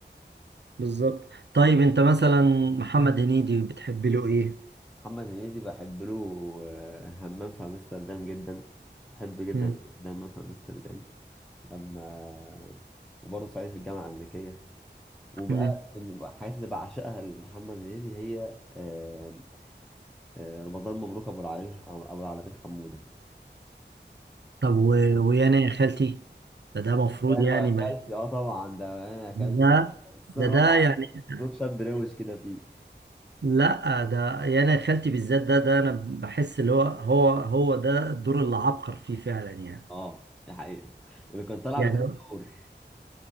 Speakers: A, on the right (about 70°); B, in the centre.
A: بالظبط طيب
B: مم.
A: انت مثلا محمد هنيدي بتحب له ايه
B: محمد هنيدي بحب له آه، همام في امستردام جدا بحب جدا
A: مم.
B: الفيلم ده همام في امستردام لما وبرضه صعيدي في الجامعه الامريكيه وبقى
A: مم.
B: من الحاجات اللي بعشقها لمحمد هنيدي هي آه، آه، رمضان مبروك ابو العلي ابو العلمين حموده
A: طب و... ويانا يا خالتي ده ده مفروض
B: انا
A: يعني
B: قفلت
A: ما
B: اه طبعا ده انا قفلت
A: ده
B: ده خصوصا
A: ده
B: إن هو
A: ده
B: كان عامل
A: يعني
B: صوت شاب روش كده فيه
A: لا ده يانا يا خالتي بالذات ده ده انا بحس اللي هو هو هو ده الدور اللي عبقر فيه فعلا يعني
B: اه دي حقيقة اللي كان طالع
A: يعني
B: مكانه
A: هو
B: دور